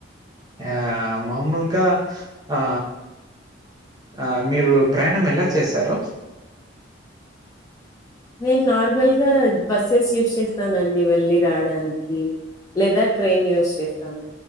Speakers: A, on the right; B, on the left.
A: ఆ మామూలుగా ఆ ఆ మీరు ప్రయాణం ఎలా చేసరు
B: నేను నార్మల్గా బస్సెస్ యూస్ చేస్తానండి వెళ్ళి రావడానికి లేదా ట్రైన్ యూస్ చేస్తాను